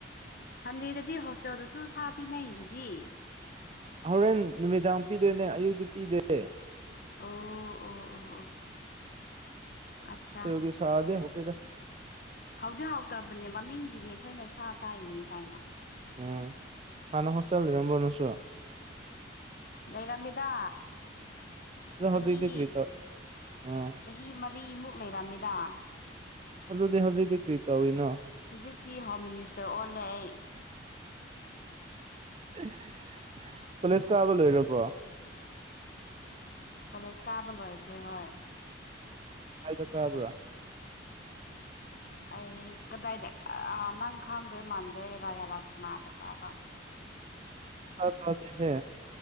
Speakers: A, on the left; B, on the right.
A: ꯁꯟꯗꯦꯗꯗꯤ ꯍꯣꯁꯇꯦꯜꯗꯁꯨ ꯁꯥ ꯄꯤꯅꯩ ꯑꯗꯨꯗꯤ
B: ꯍꯣꯔꯦꯟ ꯅꯨꯃꯤꯗꯥꯡ ꯄꯤꯗꯣꯏꯅꯦ ꯑꯌꯨꯛꯇꯗꯤ ꯄꯤꯗꯦ
A: ꯑꯣ ꯑꯣ ꯑꯣ ꯑꯣ ꯑꯠꯆꯥ
B: ꯀ ꯁꯥꯗ ꯍꯧꯗ
A: ꯍꯧꯥꯎꯗꯤ ꯍꯥꯎꯇꯕꯅꯦ ꯃꯃꯤꯡꯒꯤꯅꯦ ꯑꯩꯈꯣꯏꯅ ꯁꯥ ꯆꯥꯔꯤꯅꯦ ꯀꯥꯏꯅ
B: ꯎꯝ ꯍꯅ ꯍꯣꯇꯦꯜ ꯔꯝꯝꯕ ꯅꯁꯨ꯭ꯔ
A: ꯂꯩꯔꯝꯃꯤꯗ
B: ꯑꯗꯣ
A: ꯆꯍꯤ
B: ꯍꯧꯖꯤꯛꯇꯤ ꯀꯔꯤ ꯇꯧ ꯑꯥ
A: ꯆꯍꯤ ꯃꯔꯤꯃꯨꯛ ꯂꯩꯔꯝꯃꯤꯗ
B: ꯑꯗꯨꯗꯤ ꯍꯧꯖꯤꯛꯛꯇꯤ ꯀ꯭ꯔꯤ ꯇꯧꯔꯤꯅꯣ
A: ꯍꯧꯖꯤꯛꯇꯤ ꯍꯣꯝ ꯃꯤꯅꯤꯁꯇꯔ ꯑꯣꯜꯂꯛꯦ
B: <inaudible> ꯀꯣꯂꯦꯖ ꯀꯥꯕ ꯂꯣꯏꯔꯕꯣ
A: ꯀꯣꯂꯦꯖ ꯀꯥꯕ ꯂꯣꯏꯈ꯭ꯔꯦ ꯍꯣꯏ
B: ꯍꯥꯏꯥꯏꯗ ꯇꯕꯥ
A: ꯑꯩ ꯀꯗꯥꯏꯗ ꯅꯪ ꯈꯥꯡꯗꯣꯏ ꯃꯥꯟꯗꯦ ꯔꯥꯌꯥꯂꯥ ꯁꯤꯃꯥꯗ ꯀꯥꯕ
B: ꯁꯛꯇ ꯇ ꯗꯦꯍꯦ